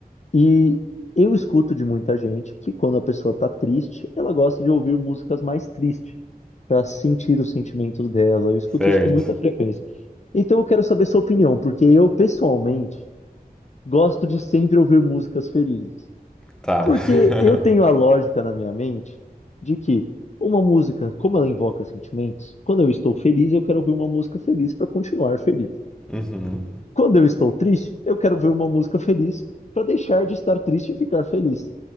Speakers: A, on the left; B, in the centre.
A: e eu escuto de muita gente que quando a pessoa tá triste, ela gosta de ouvir músicas mais tristes, pra sentir os sentimentos dela. Eu escuto
B: certo.
A: isso com muita frequência. Então eu quero saber sua opinião, porque eu, pessoalmente, gosto de sempre ouvir músicas felizes.
B: Tá.
A: Porque
B: <laughs>
A: eu tenho a lógica na minha mente de que uma música, como ela invoca sentimentos, quando eu estou feliz, eu quero ouvir uma música feliz para continuar feliz.
B: Uhum.
A: Quando eu estou triste, eu quero ver uma música feliz para deixar de estar triste e ficar feliz.